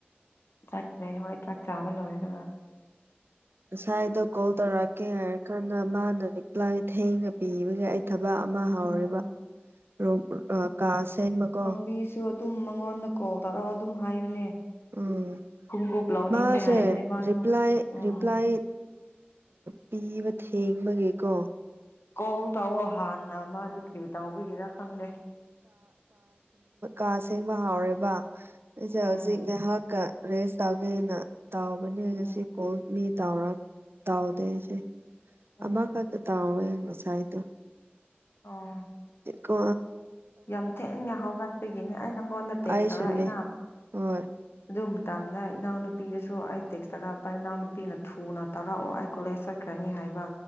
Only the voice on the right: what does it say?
ꯉꯁꯥꯏꯗꯣ ꯀꯣꯜ ꯇꯧꯔꯛꯀꯦ ꯍꯥꯏꯔ ꯀꯥꯟꯗ ꯃꯥꯅ ꯔꯤꯄ꯭ꯂꯥꯏ ꯊꯦꯡꯅ ꯄꯤꯕꯒꯦ ꯊꯕꯛ ꯑꯃ ꯍꯥꯎꯔꯦꯕ
ꯔ ꯀꯥ ꯁꯦꯡꯕꯀꯣ
ꯎꯝ
ꯃꯥꯁꯦ
ꯔꯤꯄ꯭ꯂꯥꯏ
ꯔꯤꯄ꯭ꯂꯥꯏ ꯄꯤꯕ ꯊꯦꯡꯕꯒꯦꯀꯣ
ꯀꯥ ꯁꯦꯡꯕ ꯍꯥꯎꯔꯦꯕ ꯑꯩꯁꯦ
ꯍꯧꯖꯤꯛ ꯉꯥꯏꯍꯥꯛꯀ ꯔꯦꯁ ꯇꯧꯒꯦ ꯑꯩꯅ ꯇꯥꯎꯕꯅꯦ
ꯉꯁꯤ ꯀꯣꯜ ꯃꯤ ꯇꯥꯎꯗꯦꯁꯦ
ꯑꯃꯈꯛꯇ ꯇꯥꯎꯋꯦ ꯉꯁꯥꯏꯗꯣ
ꯀꯣ
ꯑꯩꯁꯨꯅꯦ
ꯍꯣꯏ